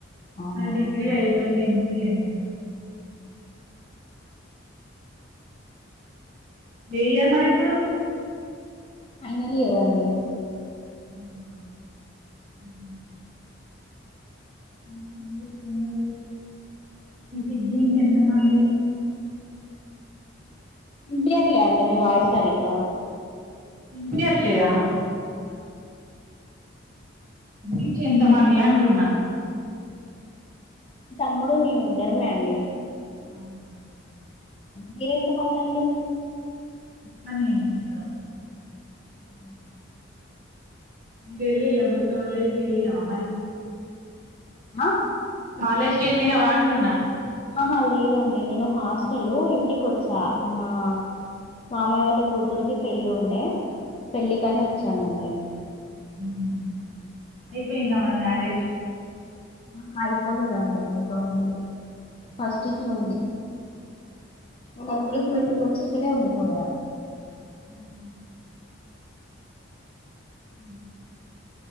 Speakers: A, on the left; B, on the right.
A: అవును
B: నా డిగ్రీ అయిపోయి నేను తీ అనిన్ ఏ ఇయర్ మరి ఇప్పుడు
A: ఫైనల్ ఇయర్ అండి
B: అవునా ఊహూ ఊహూ ఏం చేస్తున్నారు ఈ <inaudible> ఎంత మంది
A: ఇన్పియట్లే అండి మీ వాయిస్ సరిగ్గా
B: ఇన్పియ్యట్లేదా
A: ఆహా
B: <inaudible> ఎంతమంది అంటున్నా
A: తమ్ముడు నేను ఇద్దరమే అండి
B: అవునా
A: మీరెంతమంది అండి
B: మ్మ నేను ఇద్దరం
A: అవునా
B: మ వెల్ల మరి కాలేజ్ వెళ్ళినావా మరి
A: హా
B: కాలేజ్ కి వెళ్ళిన అంటున్న
A: ఆహా లేదండి నేను హాస్టల్ ఇంటికి వచ్చా మా మామయ్య వల్ల కూతురుది పెళ్లి ఉండే పెళ్ళికనే వచ్చానండి
B: అవునా అయిపోయిందా మరి మ్యారేజ్
A: ఆ అయిపోలేదా అండి ఇంకా ఉంది ఫస్ట్ కి ఉంది ఎంగేజ్మెంట్ కి వచ్చి ఇక్కడే ఉండిపోయా
B: అవున అ